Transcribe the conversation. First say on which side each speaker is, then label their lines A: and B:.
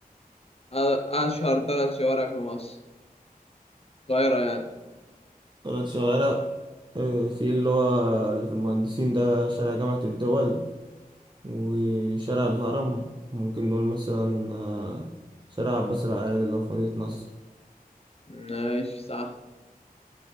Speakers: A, on the left; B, on the right.
A: آه، أشهر ثلاث شوارع في مصر القاهرة يعني
B: ثلاث شوارع آه، في اللي هو اللي في المهندسين ده شارع جامعة الدول وشارع الهرم ممكن نقول مثلا آه، شارع عباس العقاد اللي هو في مدينة نصر
A: ماشي صح